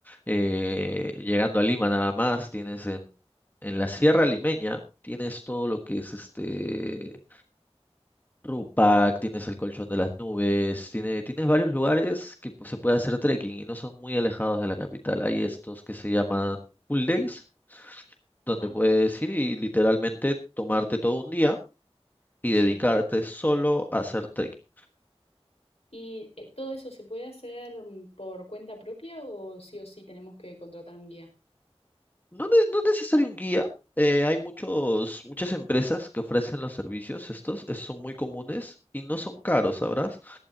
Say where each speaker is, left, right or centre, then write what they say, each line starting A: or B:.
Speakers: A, on the left; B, on the left.
A: Eh, llegando a Lima nada más, tienes en, en la Sierra Limeña, tienes todo lo que es este Rupac, tienes el Colchón de las Nubes, tiene, tienes varios lugares que pues, se puede hacer trekking y no son muy alejados de la capital. Hay estos que se llaman full days,
B: Ajá,
A: donde puedes ir y literalmente tomarte todo un día y
B: sí.
A: dedicarte solo a hacer trekking.
B: ¿Y eh, todo eso se puede hacer mm, por cuenta propia o sí o sí tenemos que contratar un guía?
A: No, ne- no es necesario un guía. eh, hay muchos, muchas empresas que ofrecen los servicios estos. es- son muy comunes y no son caros, ¿sabrás?